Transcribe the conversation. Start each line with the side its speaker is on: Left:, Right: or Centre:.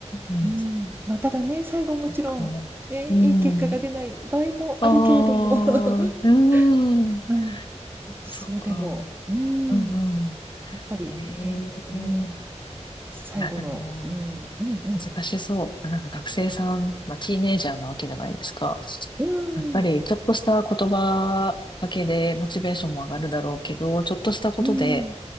Left: ん。
Right: うん、
Left: そ
Right: まあ、ただね、最後もちろん、
Left: っか。
Right: ね、
Left: うん。
Right: いい結果が出ない場合もあるけれども、
Left: ああ、
Right: <laughs>
Left: うん。
Right: うん、
Left: そっか、
Right: それでも、
Left: そっか。うんうん。
Right: うん、やっぱりね、
Left: ええ
Right: うん、最後の、
Left: いや、でも、
Right: うん、うんうん、
Left: 難しそう。なんか学生さん、まあ、ティーネイジャーなわけじゃないですか。
Right: うん、
Left: やっぱり、ちょっとした言葉だけでモチベーションも上がるだろうけど、ちょっとしたことで、
Right: うん、